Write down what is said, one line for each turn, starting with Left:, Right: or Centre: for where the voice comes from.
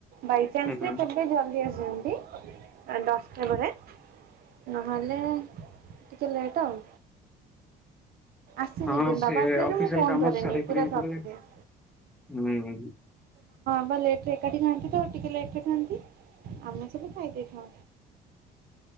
Right: ବାଇଚନ୍ସ
Centre: ହୁଁ ହୁଁ
Right: ରେ କେବେ ଜଲଦି ଆସନ୍ତି। ଦଶଟା ବେଳେ ନହଲେ ଟିକେ ଲେଟ ଆଉ। ଆସିଯିବି
Centre: ହଁ ସେ
Right: ବାବା ଆସିଲେ
Centre: ଅଫିସିଆଲ
Right: ଯେ ମୁଁ କଣ
Centre: କାମ
Right: ଧରେନି
Centre: ସାରିକିରି
Right: ପୁରା
Centre: ଭିତରେ
Right: ତ ରଖିଦିଏ।
Centre: ହୁଁ।
Right: ବା ଲେଟ ରେ ଏକାଠି ଖଆନ୍ତି ତ ଟିକେ ଲେଟରେ ଖାଆନ୍ତି ଆମେ ସବୁ ଖାଇଦେଇୁ। ହଁ।